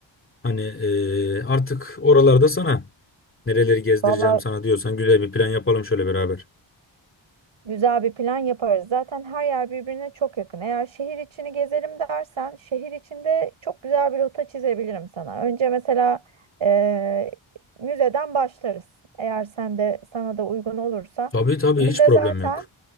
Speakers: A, on the left; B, on the right.
A: hani e, artık oralarda sana. Nereleri gezdireceğim
B: Vallahi
A: sana diyorsan güzel bir plan yapalım şöyle beraber.
B: Güzel bir plan yaparız. Zaten her yer birbirine çok yakın. Eğer şehir içini gezerim dersen, şehir içinde çok güzel bir rota çizebilirim sana. Önce mesela eee, müzeden başlarız. Eğer sen de sana da uygun olursa,
A: Tabii tabii
B: müze
A: hiç problem
B: zaten
A: yok.